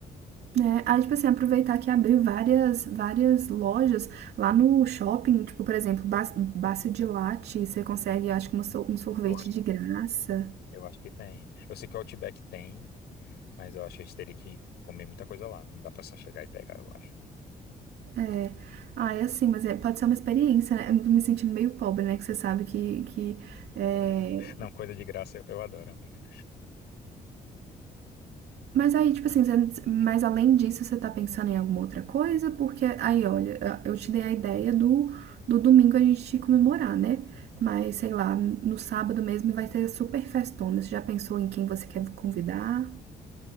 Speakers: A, on the right; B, on the left.
A: É, aí, tipo assim, aproveitar que abriu várias, várias lojas lá no shopping, tipo, por exemplo, Ba- Bacio de Latte, você consegue, acho que uma so- um sorvete
B: Eu acho
A: de
B: que,
A: graça.
B: eu acho que tem. Eu sei que o Outback tem. Mas eu acho que a gente teria que comer muita coisa lá. Não dá pra só chegar e pegar, eu acho.
A: É. Ah, é assim, mas é- pode ser uma experiência, né? Eu me sentindo meio pobre, né? Que você sabe que, que é,
B: Não, coisa de graça eu, eu adoro, amiga.
A: Mas aí, tipo assim, você- mas além disso, você tá pensando em alguma outra coisa? Porque aí, olha, eu te dei a ideia do, do domingo a gente comemorar, né? Mas sei lá, no sábado mesmo vai ter super festona. Você já pensou em quem você quer convidar?